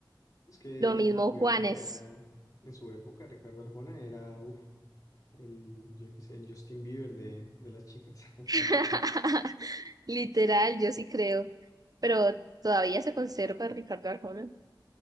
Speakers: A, on the left; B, on the right.
A: Es que
B: Lo mismo
A: en su época
B: Juanes.
A: era, en su época Ricardo Arjona era, uff, el, yo qué sé, el Justin Bieber de, de las chicas.
B: <laughs> Literal, yo sí creo, pero todavía se conserva Ricardo Arjona.